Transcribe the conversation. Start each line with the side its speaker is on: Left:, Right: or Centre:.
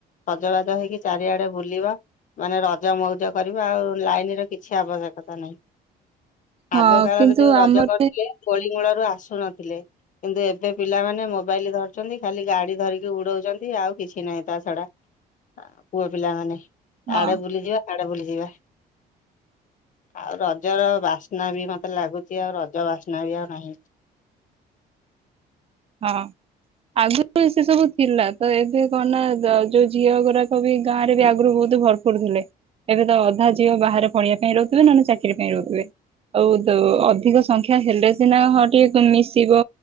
Left: ସଜବାଜ ହେଇକି ଚାରିଆଡ଼େ ବୁଲିବ ମାନେ ରଜ ମଉଜ କରିବା ଆଉ ଲାଇନ ର କିଛି ଆବଶ୍ୟକତା ନାହିଁ।
Right: ହଁ
Left: ଆଗ କାଳରେ
Right: କିନ୍ତୁ
Left: ଯୋଉଁ ରଜ
Right: ଆମର
Left: କରୁଥିଲେ ଦୋଳି ମୂଳ ଆସୁନଥିଲେ କିନ୍ତୁ ଏବେ ପିଲାମାନେ ମୋବାଇଲ ଧରିଛନ୍ତି ଖାଲି ଗାଡି ଧରିକି ଉଡଉଛନ୍ତି ଆଉ କିଛି ନାହିଁ ତା ଛଡା ପୁଅ ପିଲାମାନେ
Right: ହଁ
Left: ଆଡ଼େ ବୁଲିଯିବା ଆଡ଼େ ବୁଲିଯିବା
Right: <unintelligible>
Left: ଆଉ ରଜର ବାସ୍ନା ବି ମତେ ଲାଗୁଚି ଆଉ ରଜ ବାସ୍ନା ବି ଆଉ ନାହିଁ।
Right: ହଁ। ଆଗରୁ ସେ ସବୁ ଥିଲା ତ ଏବେ କଣ ନା ଯୋଉ ଝିଅ ଗୁଡ଼ାକ ବି ଗାଁ ରେ ବି ଆଗରୁ ବହୁତ ଭରପୁର ଥିଲେ ଏବେ ତ ଅଧା ଝିଅ ବାହାରେ ପଢ଼ିବା ପାଇଁ ରହୁଥିବେ ନହେଲେ ଚାକିରି ପାଇଁ ରହୁଥିବେ। ଆଉ ତ ଅଧିକ ସଂଖ୍ୟା ହେଲେ ସିନା ହଁ ଟିକେ ମିଶିବ